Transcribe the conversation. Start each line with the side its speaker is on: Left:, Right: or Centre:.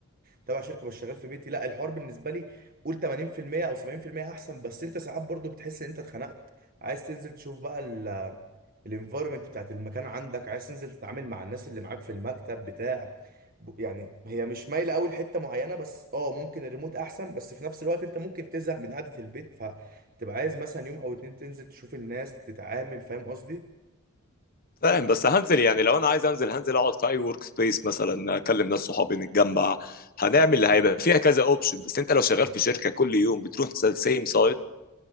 Right: تبع شركه بس شغال في بيتي لا الحوار بالنسبه لي قول 80% او 70% احسن بس انت ساعات برضو بتحس ان انت اتخنقت عايز تنزل تشوف بقى الانفايرمنت بتاعت المكان عندك عايز تنزل تتعامل مع الناس اللي معاك في المكتب بتاع ب- يعني هي مش مايله قوي لحته معينه بس اه ممكن الريموت احسن بس في نفس الوقت انت ممكن تزهق من قعده البيت فتبقى عايز مثلا يوم او اتنين تنزل تشوف الناس تتعامل فاهم قصدي
Left: فاهم بس هنزل يعني لو انا عايز انزل هنزل اقعد في اي ورك سبيس مثلا اكلم ناس صحابي نتجمع هنعمل
Right: صح
Left: اللي هيبقى فيها كذا اوبشن بس انت لو شغال
Right: صح
Left: في شركه كل يوم بتروح سيم سايت